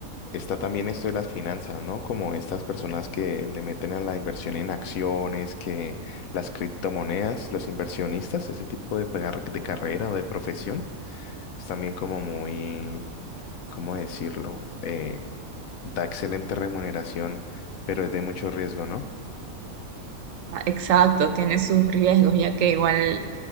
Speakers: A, on the left (about 70°); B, on the right (about 65°).
A: está también esto de las finanzas, ¿no? Como estas personas que le meten a la inversión en acciones, que las criptomonedas, los inversionistas, ese tipo de, pegar- de carrera o de profesión, es también como muy, ¿cómo decirlo? Eh, da excelente remuneración, pero es de mucho riesgo, ¿no?
B: Ah, Exacto, tiene sus riesgos, ya que igual